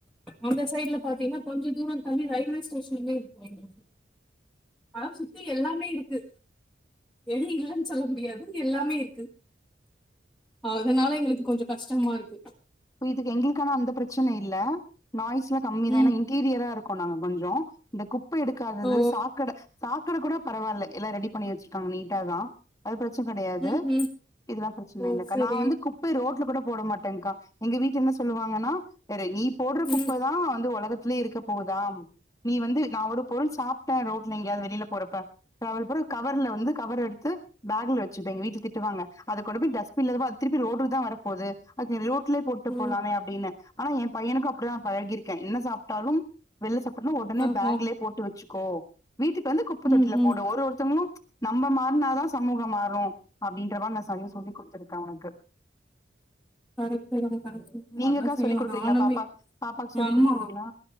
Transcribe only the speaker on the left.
இதுக்கு எங்களுக்கு ஆனா அந்த பிரச்சன இல்ல நாய் ஸ்லா கம்மி தா
ஏனா இன்டீரியரா இருக் கோ நாங்க கொஞ்சோ இந்த குப் ப எடுக்காதது
சாக்கட சாக்கட கூட பரவால்ல எல்லா ரெடி பண்ணி வெச்சிருக்காங்க நீட்டா தா அது பிர ச்சன கெடையாது
இதெல்லா பிரச்சன
இல்லக்கா
நா வந்து குப்பய ரோட்ல கூட போட மாட்டேங்க்கா எங்க வீட்ல என்ன சொல்லுவாங்கனா பாரு நீ போட்ற குப்ப
தா வந்து ஒலகத் துலே இருக்க போகுதா நீ வந்து நா ஒரு பொருள் சாப்ட்டே ரோட்ல எங்கியாது வெளில போறப்ப ட்ராவல் பூரா கவர்ல வந்து கவர் எடுத்து பேக்ல வச்சிப்பே எங் வீட்ல திட்டுவாங்க அத கொண்டு போய் டஸ்பின் <unintelligible> அது திருப்பி ரோட்டுக்கு தா வரப் போது அதுக்கு நீ அத ரோ ட்லே போட்டு
போலாமே அப்டின்னு ஆனா என் பையனுக்கு அப்படி தா பழகிருக்கே என்ன சாப்ட்டாலு வெள்ல சாப் ப்டேனா ஒடனே
பேக்லே போட்டு வெச்சுக்கோ வீட்டுக்கு வந்து குப்ப தொட்டில
போடு
ஒரு ஒருத்தங்களு நம்ம மாறினாதா சமூகம் மாறு அப்டின்னு <unintelligible> நா செய்ய சொல்லி குடுத்திருக்கே அவனுக்கு
நீங்கக்கா
சொல்லி் குடுக்குறீங்களா
பாப்பா பாப்பாக்கு சொல்லி்
குடுக்குறீங்களா